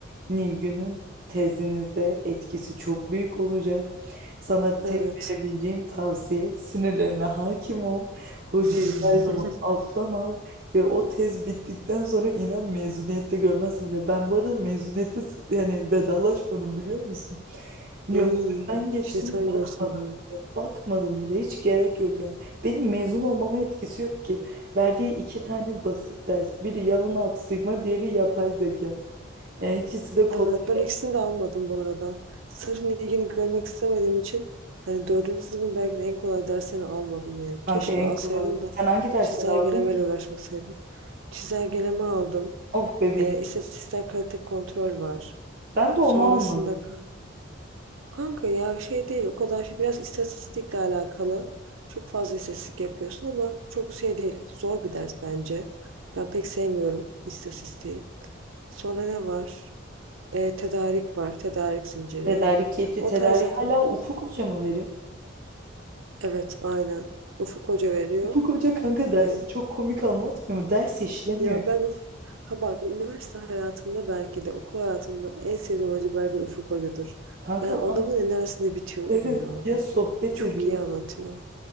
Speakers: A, on the right; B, on the right.
A: Nilgün'ün tezinizde etkisi çok büyük olacak. Sana tek
B: Evet.
A: verebileceğim tavsiye sinirlerine hakim ol. Hocayı
B: <laughs>
A: her zaman alttan al ve o tez bittikten sonra inan mezuniyette görmezsin bile. Ben bu arada mezuniyette s- yani vedalaşmadım biliyor musun? Yo,
B: Ay,
A: ben geçtim
B: şeytan
A: bakmadım
B: görsün bunu.
A: bile. Bakmadım bile hiç gerek yok yani. Benim mezun olmama etkisi yok ki. Verdiği iki tane basit ders. Biri yalın altı sigma, diğeri yapay zeka. Yani ikisi de kolay
B: Evet ben
A: ders
B: ikisini de almadım bu arada. Sırf ilgini görmek istemediğim için hani dördüncü sınıfın belki de en kolay dersini almadım yani.
A: kanka
B: Keşke
A: en
B: alsaydım
A: kolay.
B: da
A: Sen hangi dersleri
B: çizelgelemeyle
A: aldın ki?
B: uğraşmasaydım. Çizelgeleme aldım.
A: Oh bebeğim.
B: E, istatistiksel kalite kontrol var.
A: Ben de
B: Sonrasında
A: onu almadım.
B: k- kanka ya şey değil o kadar şey biraz istatistikle alakalı. Çok fazla istatistik yapıyorsun ama çok şey değil. Zor bir ders bence. Ben pek sevmiyorum istatistiği. Sonra ne var? E, tedarik var, tedarik zinciri.
A: Tedarik keyifli
B: O
A: tedarik
B: tarzda,
A: hala Ufuk Hoca mı veriyor?
B: evet aynen. Ufuk Hoca veriyor.
A: Ufuk Hoca kanka dersi
B: E,
A: çok komik anlatmıyor mu? Ders işlemiyor.
B: ya ben Ufuk, ha bak üniversite hayatımda belki de okul hayatımda en sevdiğim hoca belki de Ufuk Hoca'dır.
A: Kanka
B: Ya
A: adam
B: adamın enerjisinde bitiyorum
A: evet
B: ya.
A: ya sohbet
B: Çok
A: ediyor.
B: iyi anlatıyor.